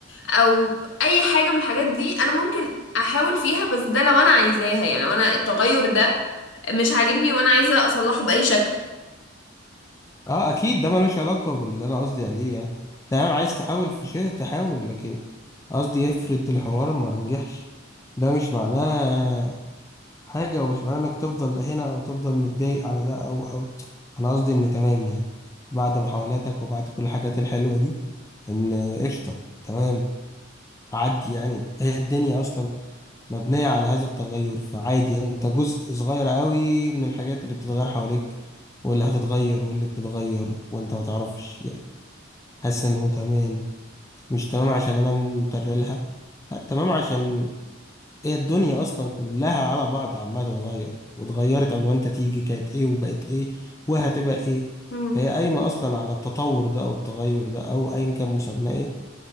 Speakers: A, on the left; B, on the left.
A: او اي حاجه من الحاجات دي انا ممكن احاول فيها بس ده لو انا عايزاها يعني لو انا التغير ده مش عاجبني وانا عايزه اصلحه باي شكل
B: أه أكيد ده ملوش علاقة باللي أنا قصدي عليه يعني تمام عايز تحاول في شيء تحاول لكن قصدي افرض الحوار ما نجحش ده مش معناه حاجة ومش معناه إنك تفضل هنا أو تفضل متضايق على ده أو أو أنا قصدي إن تمام يعني بعد محاولاتك وبعد كل الحاجات الحلوة دي إن قشطة تمام عدي يعني هي الدنيا أصلا مبنية على هذا التغير فعادي انت جزء صغير قوي من الحاجات اللي بتتغير حواليك واللي هتتغير واللي بتتغير وانت ما تعرفش يعني حاسس انه تمام مش تمام عشان انا مترلها لا تمام عشان هي الدنيا اصلا كلها على بعض عمالة تتغير واتغيرت قبل ما انت تيجي كانت ايه وبقت ايه وهتبقى ايه
A: مم.
B: فهي قايمة اصلا على التطور ده او التغير ده او ايا كان مسماه ايه